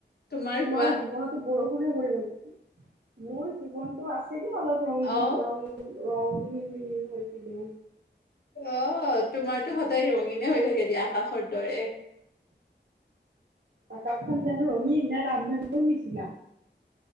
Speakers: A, on the left; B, on the right.
A: তোমাৰ
B: তোমাৰো
A: কোৱা
B: জীৱনতো বৰষুণে ভৰি গৈছে মোৰ জীৱনতটো আছেগে অলপ ৰংগিন
A: অ
B: ৰং ৰং হৈছে বহুত।
A: অ তোমাৰতো সদায় ৰঙিনে হৈ থাকে দিয়া আকাশৰ দৰে।
B: আকাখন জানো ৰঙীন না ৰামধেনুৰ নিচিনা।